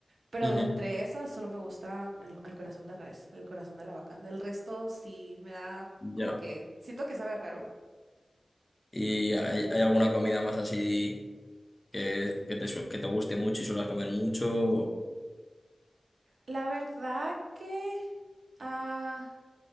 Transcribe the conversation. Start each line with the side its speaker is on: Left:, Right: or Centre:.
Right: pero
Left: Ujú.
Right: de entre esas solo me gusta el, el corazón de res, el corazón de la vaca. El resto sí me da como
Left: Ya.
Right: que, siento que sabe raro.
Left: ¿Y hay, hay alguna comida más así? que, que te, su- que te guste mucho y suelas comer mucho. o-
Right: La verdad que, ah,